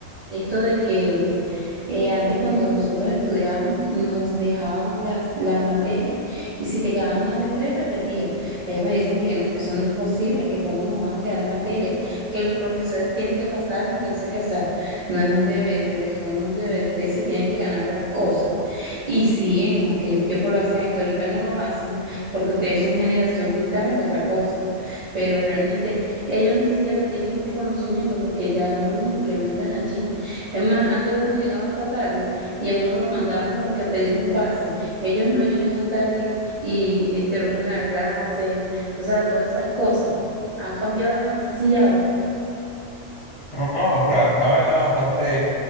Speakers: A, on the right; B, on the left.
A: Esto de que eh, antes cuando nosotros estudiábamos nos dejaban las, las materias y si te quedaban más de tres repetías. Ellas me dicen que no, que eso no es posible, que cómo nos van a quedar materias, que los profesores tienen que pasarnos, que no sé qué, o sea, no es un deber. Yo le digo, no es un deber, ustedes se tienen que ganar las cosas. Y si en aquellos tiempos lo hacían, que ahorita no lo hacen, porque ustedes son generación cristal, es otra cosa pero realmente ellos ni siquiera tienen ese conocimiento porque ya no los implementan allí. Es más, antes uno llegaba hasta tarde y a uno lo mandaban como que a pedir un pase. Ellos no, ellos llegan tarde y, y interrumpen la clase. O sea, todas esas cosas han cambiado demasiado
B: No, no, o sea, la verdad, bastante